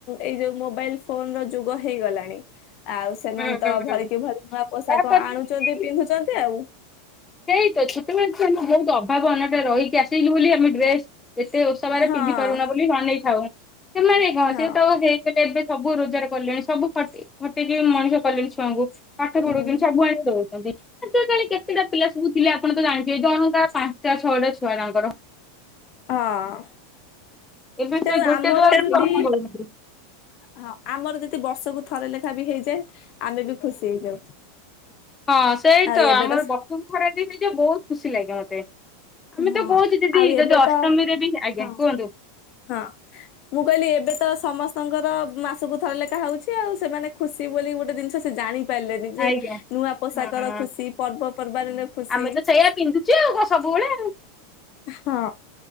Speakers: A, on the left; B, on the left.
A: ଏଇ ଯୋଉ ମୋବାଇଲ ଫୋନର ଯୁ ଯୁଗ ହେଇଗଲାଣି। ଆଉ ସେମାନେ
B: ହୁଁ
A: ତ
B: ହୁଁ ହୁଁ
A: ଭଳ କିି ଭଳି ନୂଆ ପୋଷାକ
B: ତାପରେ
A: ଆଣୁଛନ୍ତି
B: ବି
A: ପିନ୍ଧୁଛନ୍ତି ଆଉ।
B: ସେଇ ତ ଛୋଟ <unintelligible> ବହୁତ ଅଭାବ ଅନାଟ ରହିକି ଆସିଲୁ ବୋଲି ଆମେ ଡ୍ରେସ ଏତେ ଓଷବାରେ
A: ହଁ
B: ପିନ୍ଧି ପାରୁନ ବୋଲି ମନେଇ ଥାଉ ସେମାନେ କଣ
A: ହଁ
B: ସିଏତ ହେଇଗଲେ ଏବେ ସବୁ ରୋଜଗାର କଲେଣି ସବୁ ଖ- ଖଟିକି ମଣିଷ କଲେଣି ଛୁଆଙ୍କୁ ପାଠ ପଢୁଛନ୍ତି
A: ହୁଁ
B: ସବୁ ଆଣି ଦଉ <unintelligible> କେତିଟା ପିଲା ସବୁ ଥିଲେ ଆପଣ ତ ଜାଣିଥିବେ ଜଣଙ୍କା ପାଞ୍ଚଟା ଛଅଟା ଛଆ ତାଙ୍କର
A: ହଁ
B: ଏବେ
A: ତେଣୁ
B: ସେ ଗୋଟେ
A: ଆମର
B: ଦୁଆକୁ
A: ଯଦି
B: ଅସମ୍ଭବ
A: ହଁ ଆମର ଯଦି ବର୍ଷକୁ ଥରେ ଲେଖା ବି ହେଇଯାଏ ଆମେ ବି ଖୁସି ହେଇଯାଉ
B: ହଁ ସେଇତ
A: ଆଉ ଏବେ
B: ଆମର
A: ତ
B: ବର୍ଷକୁ ଥରେ ହେଇଯିବ ବହୁତ ଖୁସି ଲାଗେ ମତେ ଆମେ
A: ହଁ
B: ତ କହୁଛୁ ଦିଦି
A: ଆଉ ଏବେ
B: ଯଦି ଅଷ୍ଟମୀରେ
A: ତ
B: ବି ଆଜ୍ଞା
A: ହଁ
B: କୁହନ୍ତୁ।
A: ହଁ ମୁଁ କହିଲି ଏବେ ତ ସମ ଙ୍କର ମାସକୁ ଥରେ ଲେଖା ହଉଛି ଆଉ ସେମାନେ ଖୁସି ବୋଲି ଗୋଟେ ଜିନିଷ ସେ ଜାଣି ପାରିଲେନି ଯେ
B: ଆଜ୍ଞା
A: ନୂଆ ପୋଷାକର
B: ହଁ
A: ଖୁସି ପର୍ବପର୍ବାଣିର ଖୁସି
B: ଆମେ ତ ସେଇଆ ପିନ୍ଧୁଛୁ ଆଉ କଣ ସବୁବେଳେ ଆଉ
A: ହଁ।